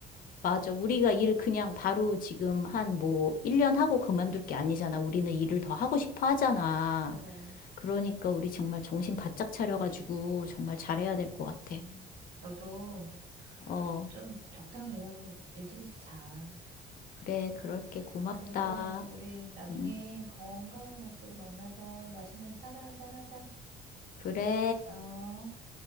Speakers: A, on the left; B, on the right.
A: 맞아. 우리가 일 그냥 바로 지금 한 뭐, 1년 하고 그만둘 게 아니잖아. 우리는 일을 더 하고 싶어 하잖아.
B: 그래.
A: 그러니까 우리 정말 정신 바짝 차려가지고 정말 잘해야 될 것 같아.
B: 음. 너도
A: 어,
B: 좀 적당히 일하고 일- 일찍 일찍 자.
A: 그래, 그럴게. 고맙다.
B: 그리고 우리 나중에
A: 음,
B: 건강한 모습으로 만나서 맛있는 차나 한잔 하자.
A: 그래.
B: 어.